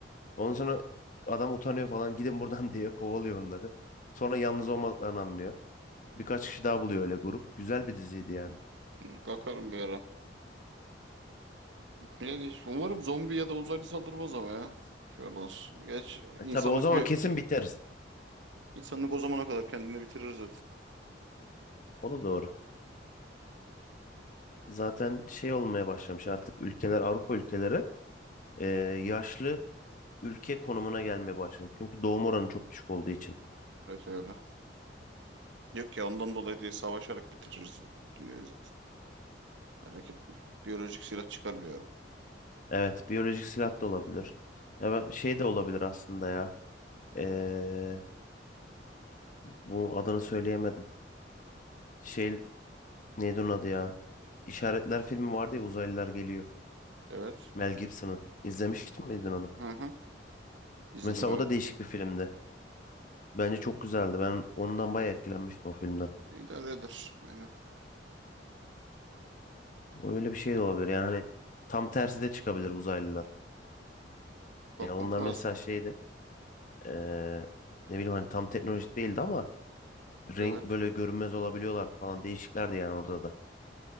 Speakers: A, on the left; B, on the right.
A: Ondan sonra adam utanıyor falan gidin buradan <laughs> diye kovalıyor onları. Sonra yalnız olmadan anlıyor. Birkaç kişi daha buluyor öyle grup. Güzel bir diziydi yani.
B: Hı. Bakarım bir ara. Yani umarım zombi ya da uzaylı saldırmaz ama ya. Şu aralar. Geç insanlık
A: E tabii o zaman
B: bir
A: kesin biteriz.
B: insanlık o zamana kadar kendini bitirir zaten.
A: O da doğru. Zaten şey olmaya başlamış artık ülkeler Avrupa ülkeleri e, yaşlı ülke konumuna gelmeye başlamış. Çünkü doğum oranı çok düşük olduğu için.
B: Evet öyle. Yok ya ondan dolayı değil savaşarak bitiririz dünyayı zaten. Merak etme. Biyolojik silah çıkar bir ara.
A: Evet, biyolojik silah da olabilir. Ya ben- şey de olabilir aslında ya. Ee, bu adını söyleyemedim. Şey neydi onun adı ya? İşaretler filmi vardı ya uzaylılar geliyor.
B: Evet.
A: Mel Gibson'ın. İzlemiştin miydin onu?
B: Hı hı. İzledim
A: Mesela
B: evet.
A: o da değişik bir filmdi. Bence çok güzeldi. Ben ondan bayağı etkilenmiştim o filmden.
B: İdare eder. Aynen.
A: Öyle bir şey de olabilir. Yani hani tam tersi de çıkabilir uzaylılar.
B: Bakmak
A: Yani onlar
B: lazım.
A: mesela şeydi. ee, ne bileyim hani tam teknolojik değildi ama renk
B: Evet.
A: böyle görünmez olabiliyorlardı falan değişiklerdi yani orada da.